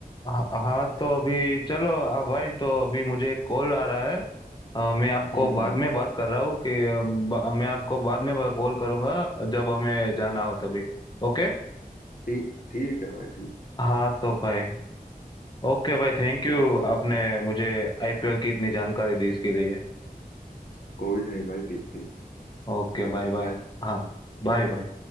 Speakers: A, on the left (about 30°); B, on the left (about 60°).
A: ह- हाँ तो अभी चलो आ भाई तो अभी मुझे एक कॉल आ रहा है अ, मैं आपको
B: हम्म
A: बाद
B: हम्म
A: में बात कर रहा हूँ कि अ, ब- मैं आपको बाद में कॉल करूंगा जब हमें जाना हो तभी ओके
B: ठीक ठीक है भाई ठीक
A: हाँ तो भाई ओके भाई थैंक यू
B: ओके
A: आपने
B: भाई
A: मुझे आईपीएल की इतनी जानकारी दी इसके लिए
B: कोई नहीं भाई ठीक ठीक
A: Okay
B: चलो
A: bye
B: फिर
A: bye
B: बाय
A: हाँ बाय बाय